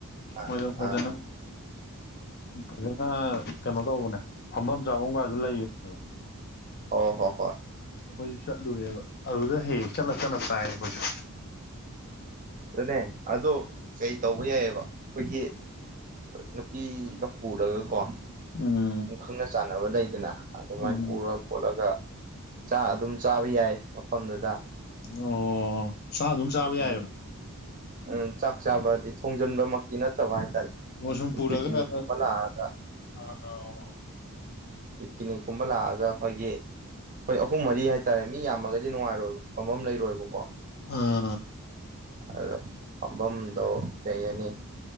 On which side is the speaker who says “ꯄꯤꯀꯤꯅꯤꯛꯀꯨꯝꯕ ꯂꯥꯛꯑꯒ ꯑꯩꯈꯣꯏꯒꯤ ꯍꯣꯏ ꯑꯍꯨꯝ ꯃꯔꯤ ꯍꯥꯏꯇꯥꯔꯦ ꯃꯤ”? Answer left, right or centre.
Right